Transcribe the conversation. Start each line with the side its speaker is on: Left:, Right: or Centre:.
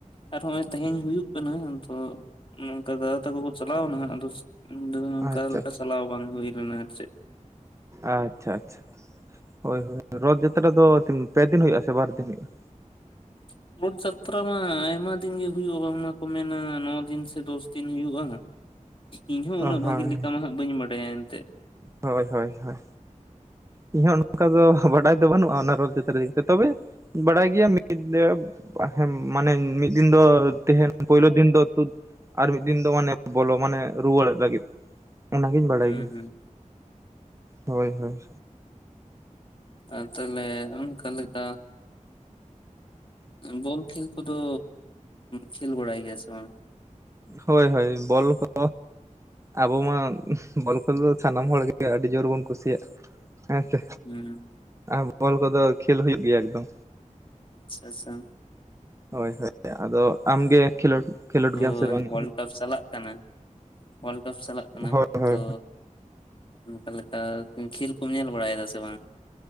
Left: ᱟᱨ ᱦᱚᱸᱜ-ᱚᱭ ᱛᱮᱦᱮᱧ ᱦᱩᱭᱩᱜ ᱠᱟᱱᱟ ᱟᱫᱚ ᱱᱚᱝᱠᱟ ᱫᱟᱫᱟ ᱛᱟᱠᱚ ᱠᱚ ᱪᱟᱞᱟᱣᱱᱟ ᱟᱫᱚ <unintelligible>
Right: ᱟᱪᱪᱷᱟ
Left: ᱞᱮᱠᱟ
Right: ᱟᱪᱪᱷᱟ
Left: ᱪᱟᱞᱟᱣ ᱵᱟᱝ ᱦᱩᱭ ᱞᱮᱱᱟ ᱟᱨ ᱪᱮᱫ
Right: ᱟᱪᱪᱷᱟ ᱟᱪᱪᱷᱟ ᱦᱳᱭ ᱦᱳᱭ ᱨᱚᱛ ᱡᱟᱛᱨᱟ ᱫᱚ ᱯᱮ ᱫᱤᱱ ᱦᱩᱭᱩᱜ-ᱟ ᱥᱮ ᱵᱟᱨ ᱫᱤᱱ ᱦᱩᱭᱩᱜ-ᱟ
Left: <unintelligible> ᱡᱟᱛᱨᱟ ᱢᱟ ᱟᱭᱢᱟ ᱫᱤᱱ ᱜᱮ ᱦᱩᱭᱩᱜ ᱵᱟᱝᱢᱟᱠᱚ ᱢᱮᱱᱟ ᱱᱚᱭ ᱫᱤᱱ ᱥᱮ ᱫᱚᱥ ᱫᱤᱱ ᱦᱩᱭᱩᱜ-ᱟ ᱤᱧ ᱦᱚᱸ ᱩᱱᱟᱹᱜ
Right: ᱚ
Left: ᱵᱷᱟᱹᱜᱤ
Right: ᱦᱳᱭ
Left: ᱞᱮᱠᱟ ᱢᱟ ᱦᱟᱜ ᱵᱟᱹᱧ ᱵᱟᱰᱟᱭᱟ ᱮᱱᱛᱮᱜ
Right: ᱦᱳᱭ ᱦᱳᱭ ᱦᱳᱭ ᱤᱧ ᱦᱚᱸ ᱱᱚᱝᱠᱟ ᱫᱚ ᱵᱟᱰᱟᱭ ᱫᱚ ᱵᱟᱹᱱᱩᱜ-ᱟ ᱚᱱᱟ ᱨᱚᱛ ᱡᱟᱛᱨᱟ <unintelligible> ᱛᱚᱵᱮ ᱵᱟᱲᱟᱭ ᱜᱮᱭᱟ <unintelligible> ᱢᱟᱱᱮ ᱢᱤᱫ ᱫᱤᱱ ᱫᱚ ᱛᱟᱦᱮᱱᱟ ᱯᱩᱭᱞᱩ ᱫᱤᱱ ᱫᱚ <unintelligible> ᱟᱨ ᱢᱤᱫ ᱫᱤᱱ ᱫᱚ ᱢᱟᱱᱮ ᱵᱚᱞᱚ ᱢᱟᱱᱮ ᱨᱩᱣᱟᱹᱲᱮᱫ ᱞᱟᱹᱜᱤᱫ ᱚᱱᱟᱜᱤᱧ ᱵᱟᱲᱟᱭ
Left: ᱦᱩᱸ
Right: ᱜᱮᱭᱟ
Left: ᱦᱩᱸ
Right: ᱦᱳᱭ ᱦᱳᱭ
Left: ᱟᱨ ᱛᱟᱦᱚᱞᱮ ᱚᱱᱠᱟ ᱞᱮᱠᱟ ᱵᱚᱞ ᱠᱷᱮᱞ ᱠᱚᱫᱚ ᱠᱷᱮᱞ ᱵᱟᱲᱟᱭ ᱜᱮᱭᱟ ᱥᱮ ᱵᱟᱝ
Right: ᱦᱳᱭ ᱦᱳᱭ ᱵᱚᱞ ᱠᱚ ᱟᱵᱚ ᱢᱟ ᱵᱚᱞ ᱠᱷᱮᱞ ᱫᱚ ᱥᱟᱱᱟᱢ ᱦᱚᱲ ᱜᱮ ᱟᱹᱰᱤ ᱡᱳᱨ ᱵᱚᱱ ᱠᱩᱥᱤᱭᱟᱜ ᱦᱮᱸ ᱥᱮ
Left: <unintelligible>
Right: ᱟᱨ ᱵᱚᱞ ᱠᱚᱫᱚ ᱠᱷᱮᱞ ᱦᱩᱭᱩᱜ ᱜᱮᱭᱟ ᱮᱠᱫᱚᱢ
Left: ᱟᱪᱪᱷᱟ ᱟᱪᱪᱷᱟ
Right: ᱦᱳᱭ ᱦᱳᱭ ᱟᱫᱚ ᱟᱢᱜᱮ ᱠᱷᱮᱞᱳᱰ ᱠᱷᱮᱞᱳᱰ
Left: ᱛᱚ
Right: ᱜᱮᱭᱟᱢ ᱥᱮ ᱵᱟᱝ
Left: ᱚᱣᱟᱨᱞᱰ ᱠᱟᱯ ᱪᱟᱞᱟᱜ ᱠᱟᱱᱟ ᱚᱣᱟᱨᱞᱰ ᱠᱟᱯ ᱪᱟᱞᱟᱜ ᱠᱟᱱᱟ
Right: ᱦᱳᱭ ᱦᱳᱭ
Left: ᱛᱚ ᱚᱱᱠᱟ ᱞᱮᱠᱟ ᱠᱷᱮᱞ ᱠᱚᱢ ᱧᱮᱞ ᱵᱟᱲᱟᱭᱮᱫᱟ ᱥᱮ ᱵᱟᱝ